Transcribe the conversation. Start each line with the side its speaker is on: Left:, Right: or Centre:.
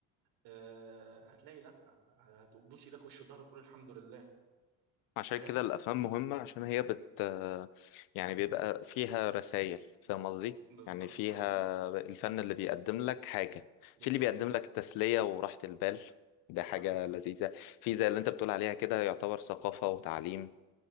Right: آه هتلاقي لا هتبوس ايدك وش وضهر وتقول الحمد لله
Left: عشان
Right: فاهم
Left: كده الأفلام مهمة عشان هي بت يعني بيبقى فيها رسائل فاهم قصدي؟
Right: بالظبط
Left: يعني فيها
Right: اه
Left: الفن اللي بيقدم لك حاجة
Right: بالظبط
Left: في اللي بيقدم لك تسلية وراحة البال ده حاجة
Right: صح
Left: لذيذة في زي اللي انت بتقول عليها كده يعتبر ثقافة وتعليم